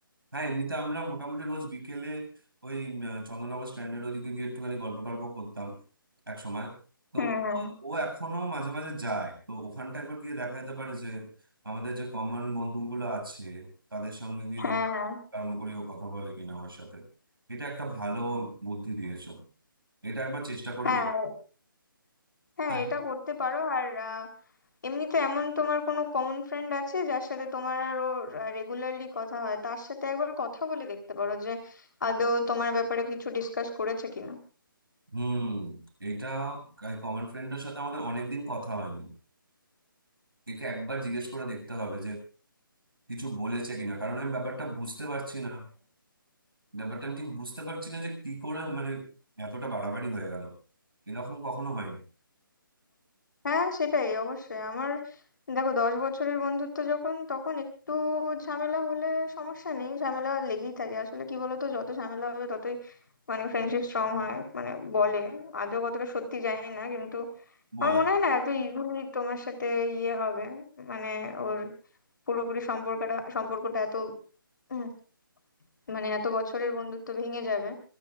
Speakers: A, on the right (about 75°); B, on the left (about 60°).
A: হ্যাঁ এমনিতে আমরা মোটামুটি রোজ বিকেলে ওই আহ, চন্দননগর স্ট্যান্ডের ওদিকে গিয়ে একটুখানি গল্প টল্প করতাম এক সময় তো
B: হুম হুম
A: ও ও এখনো মাঝে মাঝে যায় তো ওখানটা একবার গিয়ে দেখা যেতে পারে যে আমাদের যে কমন বন্ধুগুলো আছে তাদের সঙ্গে গিয়ে
B: হ্যাঁ
A: যদি
B: হ্যাঁ
A: কর্ম করি ও কথা বলে কিনা আমার সাথে এটা একটা ভালো বুদ্ধি দিয়েছো এটা একবার চেষ্টা করে
B: হ্যাঁ
A: দেখ
B: হ্যাঁ
A: তাই
B: এটা
A: না?
B: করতে পারো আর আহ, এমনিতে এমন তোমার কোনো কমন ফ্রেন্ড আছে যার সাথে তোমার আর ওর রেগুলারলি কথা হয় তার সাথে একবার কথা বলে দেখতে পারো যে আদৌ তোমার ব্যাপারে কিছু ডিসকাস করেছে কিনা
A: হুম এটা কমন ফ্রেন্ডের সাথে আমাদের অনেকদিন কথা হয়নি একে একবার জিজ্ঞেস করে দেখতে হবে কিছু বলেছে কিনা কারণ আমি ব্যাপারটা বুঝতে পারছি না ব্যাপারটা আমি ঠিক বুঝতে পারছি না যে কি করে মানে এতটা বাড়াবাড়ি হয়ে গেল এরকম কখনো হয়নি
B: হ্যাঁ সেটাই অবশ্যই আমার দেখো দশ বছরের বন্ধুত্ব যখন তখন একটু ঝামেলা হলে সমস্যা নেই ঝামেলা লেগেই থাকে আসলে কি বলতো যত ঝামেলা হবে ততই মানে ফ্রেন্ডশিপ স্ট্রং হয় মানে বলে আদৌ কতটা সত্যি জানি না কিন্তু
A: বলেন
B: আমার মনে হয় না এত ইজিলি তোমার সাথে ইয়ে হবে মানে ওর পুরোপুরি সম্পর্কটা সম্পর্কটা এত উম, মানে এত বছরের বন্ধুত্ব ভেঙে যাবে